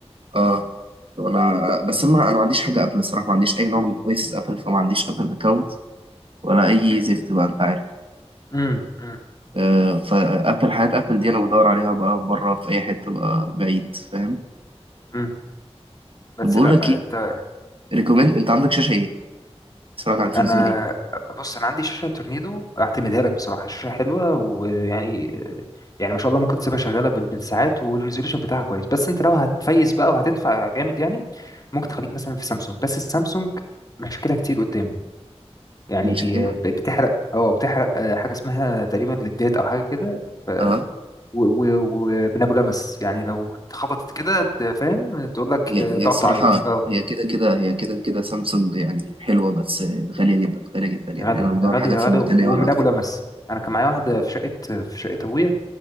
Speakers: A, on the right; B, on the left.
A: اه انا بس
B: بس
A: انا انا ما عنديش حاجه ابل الصراحه ما عنديش اي نوع من ديفايسز ابل فما عنديش ابل اكونت ولا اي زفت بقى انت عارف
B: امم امم
A: آه فابل حياه ابل دي انا بدور عليها بقى بره في اي حته بقى بعيد فاهم
B: امم بس
A: بقول
B: لا
A: لك
B: آه،
A: ايه
B: انت
A: ريكومند انت عندك شاشه ايه؟ تتفرج على التلفزيون
B: انا
A: ايه؟
B: بص انا عندي شاشه تورنيدو اعتمدها لك بصراحه شاشه حلوه ويعني آه، يعني ما شاء الله ممكن تسيبها شغاله بال- بالساعات والريزوليوشن بتاعها كويس بس انت لو هتفيز بقى وهتدفع جامد يعني ممكن تخليك مثلا في سامسونج بس السامسونج مشكله كتير قدام يعني
A: شاشه كده
B: ب- بتحرق اه بتحرق آه، حاجه اسمها تقريبا ليدات او حاجه كده ف
A: آه.
B: و- و- ومن ابو لمس يعني لو اتخبطت كده ت- فاهم تقول لك
A: هي
B: آه، تقعد
A: هي الصراحة
B: تعيط اه
A: هي كده كده هي كده كده سامسونج يعني حلوة بس غالية جدا غالية جدا يعني
B: غالي
A: أنا بدور
B: غالي
A: حاجة في
B: غالي
A: المتناول
B: ومن
A: أكتر
B: ابو لمس انا كان معايا واحده في شقه في شقه ابويا